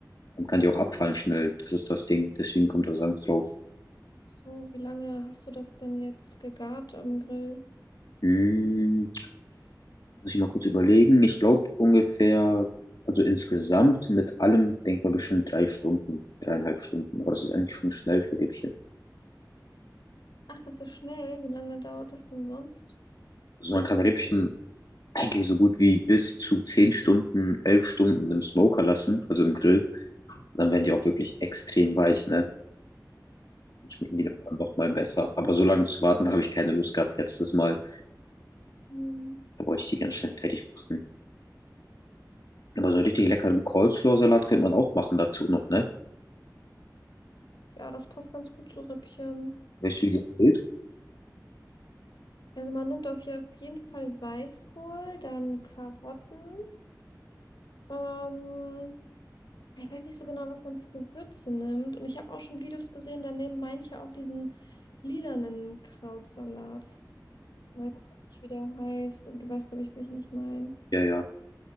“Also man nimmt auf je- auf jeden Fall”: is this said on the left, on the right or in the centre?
Left